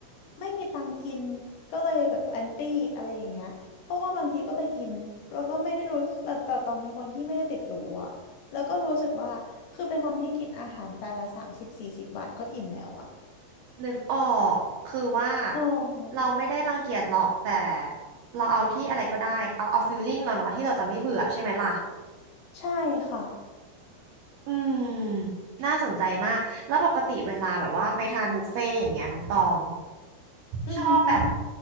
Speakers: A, on the left; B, on the right.
A: ไม่มีตังค์กินก็เลยแบบแอนตี้อะไรอย่างเงี้ยเพราะว่าบางทีก็ไปกินแล้วก็ไม่ได้รู้แต่แต่ตองเป็นคนที่ไม่ได้ติดหรูอ่ะแล้วก็รู้สึกว่าคือเป็นคนที่กินอาหารจานละสามสิบสี่สิบบาทก็อิ่มแล้วอ่ะ
B: นึกออกคือว่า
A: โอ
B: เราไม่ได้รังเกียจหรอกแต่
A: ้
B: เราเอาที่อะไรก็ได้เอาเอาฟีลลิ่งเราเนาะที่เราจะไม่เบื่อใช่ไหมล่ะ
A: ใช่ค่ะ
B: อืมน่าสนใจมาก แล้วปกติเวลาแบบว่าไปทานบุฟเฟ่ต์อย่างเงี้ยน้องตอง
A: อือหือ
B: ชอบแบบ